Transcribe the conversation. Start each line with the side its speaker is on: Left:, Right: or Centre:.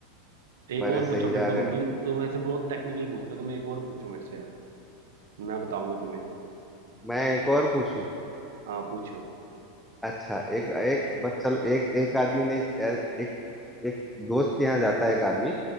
Right: एक
Centre: बड़े
Right: और
Centre: सही
Right: पूछो फिर
Centre: जा
Right: तुम
Centre: रहे हो
Right: तुम तुम ऐसे बहुत टेक्निकल पूछते हो तुम एक और पूछो मेरे से यार मैं बताऊंगा तुम्हें
Centre: मैं एक और पूछूं
Right: हाँ पूछो
Centre: अच्छा एक एक बस चलो एक एक आदमी ने एक एक, एक दोस्त के यहाँ जाता है एक आदमी